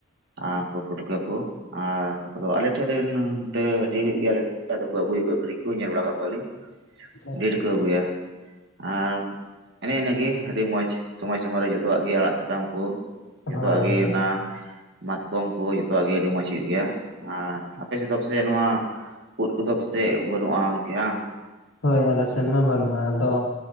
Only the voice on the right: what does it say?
ᱟᱨᱠᱩ ᱯᱩᱴᱠᱟᱹ ᱠᱚ ᱟᱨ ᱟᱫᱚ ᱟᱞᱮ ᱴᱷᱮᱱᱨᱮ ᱨᱮᱱ ᱦᱟᱱᱛᱮ ᱦᱟᱹᱴᱤᱭᱟ ᱦᱩᱭᱩᱜ ᱜᱮᱭᱟᱞᱮ ᱟᱫᱚ ᱠᱚ ᱟᱹᱜᱩᱭᱮᱫ ᱠᱚᱣᱟ ᱟᱹᱠᱷᱨᱤᱧ ᱠᱚ ᱧᱮᱞ ᱵᱟᱲᱟᱭᱮᱫ ᱠᱚᱣᱟᱞᱤᱧ
ᱰᱷᱮᱨ ᱠᱚ ᱟᱹᱜᱩᱭᱟ ᱟᱨ ᱮᱱᱮ ᱮᱱᱹᱜᱮ ᱟᱹᱰᱤ ᱢᱚᱸᱡᱽ ᱥᱚᱢᱳᱭ ᱥᱚᱢᱳᱭ ᱨᱮ ᱡᱚᱛᱚᱣᱟᱜ ᱜᱮ ᱟᱲᱟᱜ ᱥᱟᱠᱟᱢ ᱠᱚ ᱡᱚᱛᱚᱣᱟᱜ
ᱜᱮ
ᱚᱱᱟ
ᱢᱟᱛᱠᱚᱢ ᱠᱚ ᱡᱚᱛᱚᱣᱟᱜ ᱜᱮ ᱟᱹᱰᱤ ᱢᱚᱸᱡᱽ ᱦᱩᱭᱩᱜ ᱜᱮᱭᱟ ᱟᱨ ᱟᱯᱮ ᱥᱮᱫ ᱫᱚ ᱯᱟᱥᱮᱡ ᱱᱚᱣᱟ ᱩᱫ ᱠᱚᱫᱚ ᱯᱟᱥᱮᱡ ᱵᱟᱹᱱᱩᱜ-ᱟ ᱜᱚᱝᱠᱮ ᱦᱟ